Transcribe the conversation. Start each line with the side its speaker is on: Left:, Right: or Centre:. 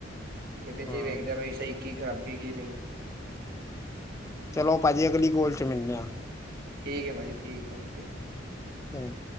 Right: ਗੱਡੀ ਚ
Left: ਹਾਂ
Right: ਹੀ ਵੇਖਦੇ ਬ ਸਹੀ ਕੀ ਖਰਾਬੀ ਕੀ ਨਹੀਂ।
Left: ਚਲੋ ਭਾਜੀ ਅਗਲੀ ਕੋਲ ਚ ਮਿਲਦੇ ਆ।
Right: ਠੀਕ ਹੈ ਭਾਜੀ ਠੀਕ ਹੈ ਓਕੇ।
Left: ਸੇਡ